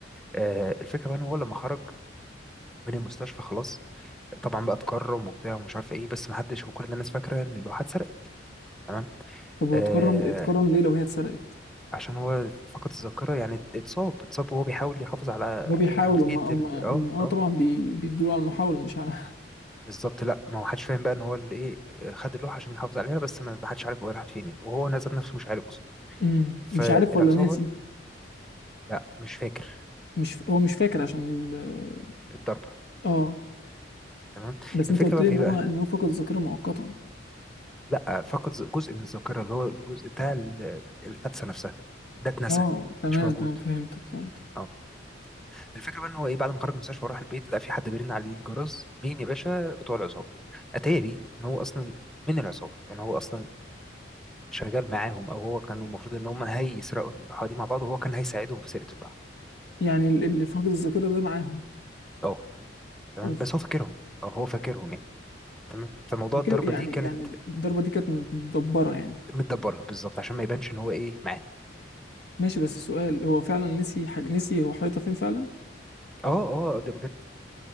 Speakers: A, in the centre; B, on the left (about 60°).
A: آه الفكره بقى ان هو لما خرج من المستشفى خلاص طبعا بقى اتكرم وبتاع ومش عارف ايه بس ما حدش وكل الناس فاكره ان اللوحه اتسرقت تمام
B: طب هو
A: آه
B: اتكرم اتكرم ليه لو هي اتسرقت
A: عشان هو فقد الذاكره يعني ات- اتصاب اتصاب وهو بيحاول يحافظ على
B: هو بيحاول
A: ملكيه
B: هم هم
A: ال
B: هم
A: اه
B: اه
A: اه
B: طبعا بي... بيدوا على المحاولة مش على
A: بالظبط لا ما هو حدش فاهم بقى ان هو اللي ايه خد اللوحه عشان يحافظ عليها بس ما حدش عارف هو راحت فين إيه. وهو نزل نفسه مش عارف
B: <laughs> مم.
A: فالعصابه
B: مش عارف ولا ناسي
A: لا مش فاكر
B: مش ف... هو مش فاكر عشان ال...
A: الضربه
B: اه
A: تمام
B: بس انت
A: الفكره
B: قلت
A: بقى
B: لي
A: في
B: ان
A: ايه
B: هو
A: بقى
B: ان هو فقد الذاكرة مؤقتا
A: لا فقد ز- جزء من الذاكره اللي هو الجزء بتاع ال- الحادثه نفسها ده اتنسى
B: اه تمام
A: مش موجود
B: تمام فهمتك فهمت
A: اه الفكره بقى ان هو ايه بعد ما خرج من المستشفى وراح البيت لقى في حد بيرن عليه الجرس مين يا باشا بتوع العصابه اتاري ان هو اصلا من العصابه يعني هو اصلا شغال معاهم او هو كان المفروض ان هم هيسرقوا اللوحه دي مع بعض وهو كان هيساعدهم في سرقه اللوحه
B: يعني ال- اللي فقد الذاكرة ده معاهم
A: اه تمام
B: اوف
A: بس هو فاكرهم او هو فاكرهم يعني تمام فموضوع
B: فاكر-
A: الضربه
B: يعني
A: دي كانت
B: يعني الضربة دي كانت متدبرة يعني
A: متدبرها بالظبط عشان ما يبانش ان هو ايه معاه
B: ماشي بس السؤال هو فعلا نسي حاجة نسي هو حيطة فين فعلا
A: اه اه ده بجد